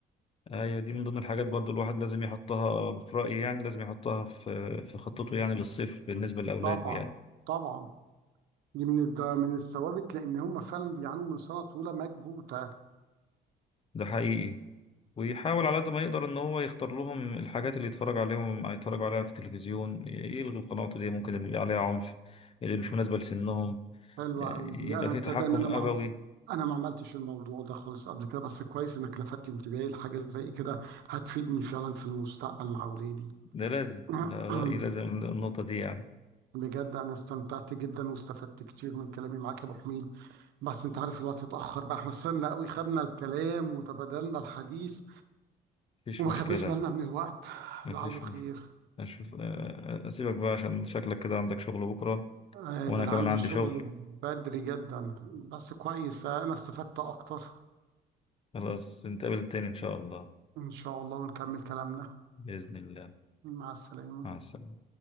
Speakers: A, on the left; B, on the right.
A: ايوه دي من ضمن الحاجات برضو الواحد لازم يحطها في رايي يعني لازم يحطها في في خطته يعني للصيف بالنسبه لاولاده
B: فطبعا
A: يعني
B: طبعا دي من الد- من الثوابت لان هم فعلا بيعانوا من سنه طويله مكبوته
A: ده حقيقي ويحاول على قد ما يقدر ان هو يختار لهم الحاجات اللي يتفرج عليهم يتفرج عليها في التلفزيون يلغي القنوات اللي ممكن اللي عليها عنف اللي مش مناسبه لسنهم
B: حلوه
A: آه،
B: قوي
A: يبقى
B: دي انا
A: في
B: تصدق
A: تحكم
B: ان انا
A: أبوي
B: ما انا ما عملتش الموضوع ده خالص قبل كده بس كويس انك لفتت انتباهي لحاجه زي كده هتفيدني فعلا في المستقبل مع اولادي
A: ده لازم
B: <clears throat>
A: ده رأيي لازم النقطة دي يعني
B: بجد انا استمتعت جدا واستفدت كتير من كلامي معاك يا ابو حميد بس انت عارف الوقت اتاخر بقى احنا استنى قوي خدنا الكلام وتبادلنا الحديث
A: مفيش
B: وما
A: مشكلة
B: خدناش بالنا من الوقت
A: مفيش
B: لعله خير
A: مش... أشوف أ- أسيبك بقى عشان شكلك كده عندك شغل بكرة
B: آه،
A: وأنا
B: ده انا
A: كمان
B: عندي
A: عندي
B: شغل
A: شغل
B: بدري جدا بس كويس آه، انا استفدت اكتر
A: خلاص نتقابل تاني إن شاء الله
B: ان شاء الله ونكمل كلامنا
A: بإذن الله
B: مع السلامة
A: مع السلامة